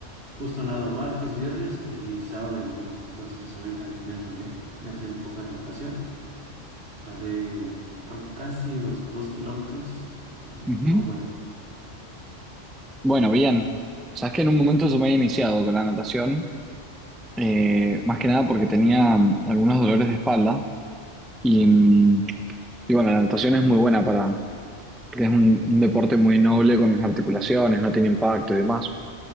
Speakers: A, on the right; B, in the centre.
A: Justo nado martes, viernes y sábado y domingo. Entonces hoy también vengo de, de hacer un poco de natación. Nadé por casi dos, dos kilómetros y
B: ujú.
A: estuvo bueno.
B: Bueno, bien. Sabes que en un momento yo me había iniciado con la natación. Eh, más que nada porque tenía mm, algunos dolores de espalda y, mm, y bueno, la natación es muy buena para, porque es un, un deporte muy noble con las articulaciones, no tiene impacto y demás.